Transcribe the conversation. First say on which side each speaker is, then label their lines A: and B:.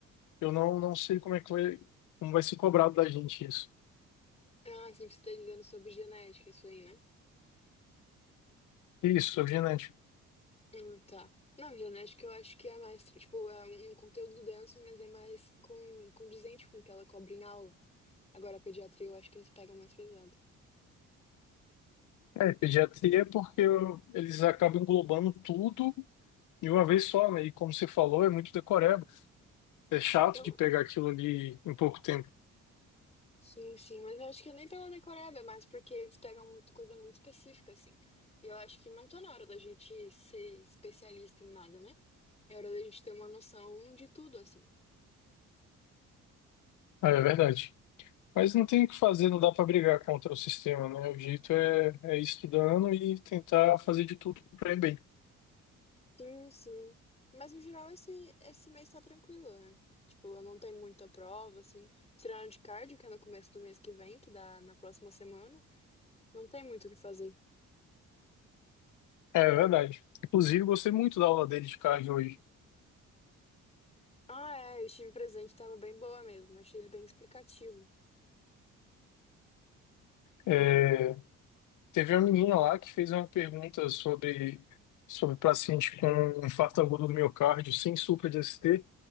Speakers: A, on the left (about 80°); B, on the left (about 20°).
A: Eu não, não sei como é que vai, como vai ser cobrado da gente isso.
B: Ah, sim, você tá dizendo sobre genética, isso aí, né?
A: Isso, sobre genética.
B: Hum, tá. Não, genética eu acho que é mais, tipo, é um conteúdo denso, mas é mais com condizente com o que ela cobre em aula. Agora, a pediatria eu acho que eles pegam mais pesado.
A: É, pediatria, é porque eu- eles acabam englobando tudo de uma vez só, né? E como você falou, é muito decoreba. É chato
B: Eu,
A: de pegar aquilo ali em pouco tempo.
B: sim, sim, mas eu acho que é nem pela decoreba, é mais porque eles pegam muito coisa muito específica, assim. E eu acho que não tá na hora da gente ser especialista em nada, né? É hora da gente ter uma noção de tudo, assim.
A: Ah, é verdade. Mas não tem o que fazer, não dá para brigar contra o sistema, né? O jeito é, é ir estudando e tentar fazer de tudo para ir bem.
B: Sim, sim. Mas no geral esse, esse mês tá tranquilo, né? Tipo, eu não tenho muita prova, assim. Tirando de cardio, que é no começo do mês que vem, que dá na próxima semana, não tem muito o que fazer.
A: É verdade. Inclusive, gostei muito da aula dele de cardio hoje.
B: Ah, é, eu estive presente, tava bem boa mesmo. Achei ele bem explicativo.
A: É, teve uma menina lá que fez uma pergunta sobre, sobre paciente com infarto agudo do miocárdio sem supra de ST.